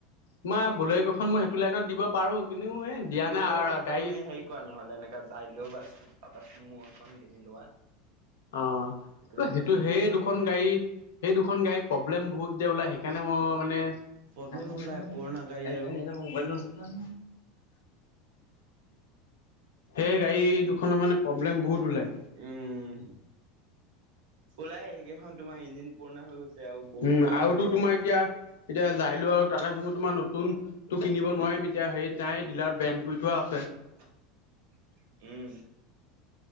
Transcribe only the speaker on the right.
গ'লেও
নহয়
তুমি হেৰি কৰা নহ'লে এনেকা য়েল্লো বাছ তাতে চুমু এখন কিনি লোৱা।
লাইনত
দিব
পাৰিবা।
প্ৰব্লেম
ওলাই পুৰণা গাড়ী আৰু
উম, ওলাই সেইকেইখন তোমাৰ ইঞ্জিন পুৰণা হৈ গৈছে। গৈছে আৰু বহুত
আগৰে
গাড়ী।
<unintelligible> উম।